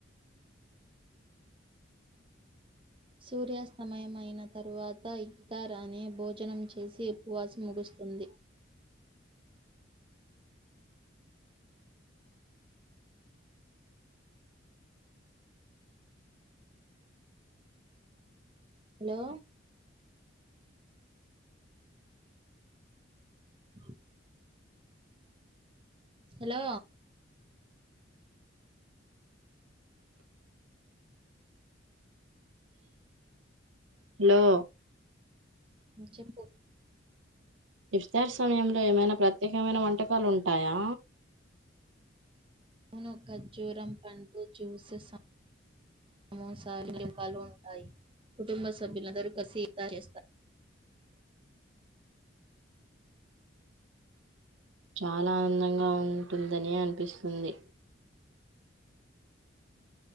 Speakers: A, on the right; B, on the right.
A: <inaudible>
B: సూర్యాస్తమయం అయిన తరువాత ఇక్తార్ అనే భోజనం చేసి ఉపవాసం ముగుస్తుంది
A: <inaudible>
B: హలో <inaudible> హలో
A: లో
B: చెప్పు
A: ఇఫ్తార్ సమయంలో ఏమైనా ప్రత్యేకమైన వంటకాలు ఉంటాయా
B: అవును ఖర్జూరం పండ్లు జ్యూసెస్ సమోసా వి రంకాలు ఉంటాయి కుటుంబ సభ్యులందరూ కలిసి ఇక్తార్ చేస్తారు
A: <inaudible> చాలా ఆందంగా ఉంటుందని అనిపిస్తుంది